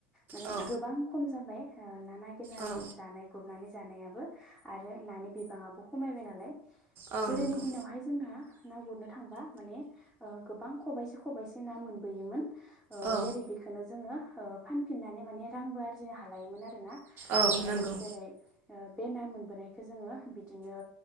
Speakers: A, in the centre; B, on the right.
A: माने
B: औ
A: गोबां खम जाबाय ओ ना नागिरनानै
B: औ
A: जानाय गुरनानै जानायाबो आरो नानि बिबाङआबो खमायबाय नालाय।
B: औ
A: गोदोनि
B: नंगौ
A: दिनावहाय जोंना ना गुरनो थांबा माने ओ गोबां खबाइसे खबाइसे ना मोनबोयोमोन ओ
B: औ
A: जेरै बेखोनो जोङो ओ फानफिननानै माने रांबो आरजिनो हालायोमोन आरो ना
B: औ
A: ओ
B: नंगौ
A: जेरै ओ बे ना मोनबोनायखौ जोङो बिदिनो